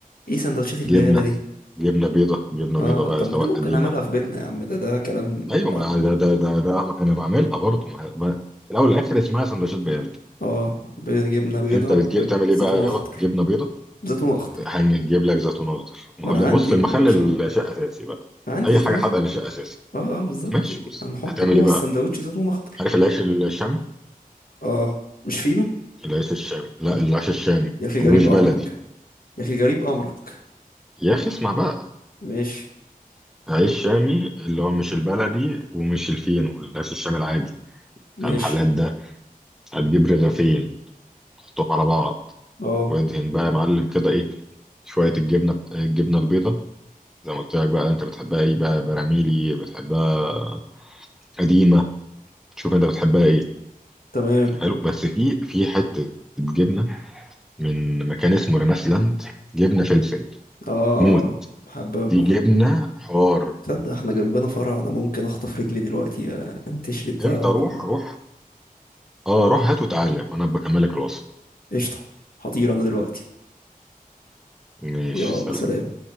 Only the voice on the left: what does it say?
ايه سندوتشات البقاله
دي
اه
طب
ما دي ممكن
اعملها في بيتنا يا عم ده ده كلام
تعبان
اه بيض- جبنه بيضه
ب-
بزيتون
اخضر
زيتون اخضر
ما
انا
عندي
م- مش عم-
عندي
زيتون
اخضر
اه اه بالظبط
هنحط
جوه
السندوتش زيتون اخضر
اه مش فينو
يا اخي جريب
امرك
يا اخي جريب امرك
ماشي
ماشي
اه
تمام
اه
اه بحب بحب
تصدق احنا جنبنا فرع انا ممكن اخطف رجلي دلوقتي آه، انتشري بتاع
واحده
قشطة هطير أنا دلوقتي
يلا
سلام